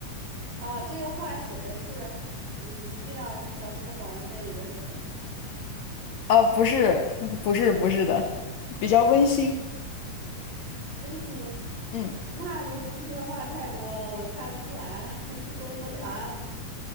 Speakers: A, on the right; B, on the left.
A: 哦，这个话写的是你一定要记得喝保温杯里的水。
B: 呃，不是，<laughs> 不是，不是的，比较温馨，
A: 温馨，
B: 嗯。
A: 那这温馨的话太多了，我猜不出来了，<laughs> 公布答案吧。